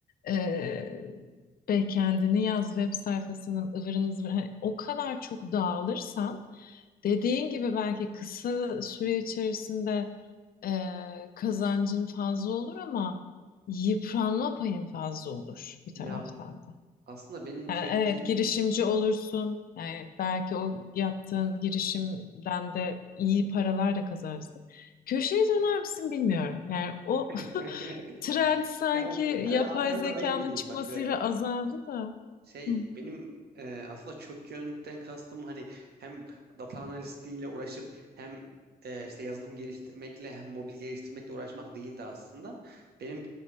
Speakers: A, on the left; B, on the right.
A: e, Backend'ini yaz web sayfasının ıvırını zıvırını Hani o kadar çok dağılırsan dediğin gibi belki kısa süre içerisinde e, kazancın fazla olur ama yıpranma payın fazla olur bir
B: Ya
A: taraftan da.
B: aslında benim
A: Yani
B: söylediğim
A: evet girişimci olursun. Yani belki o yaptığın girişimden de iyi paralar da kazanırsın. Köşeye döner misin bilmiyorum. Yani o
B: <laughs>
A: <laughs> trend sanki
B: ya hemen,
A: yapay
B: hemen
A: zekanın
B: araya gireyim
A: çıkmasıyla
B: bak bir dakika.
A: azaldı da.
B: Şey
A: Hı.
B: benim e, aslında çok yönlükten kastım hani hem data analistliğiyle uğraşıp hem e, işte yazılım geliştirmekle hem mobil geliştirmekle uğraşmak değildi aslında. Benim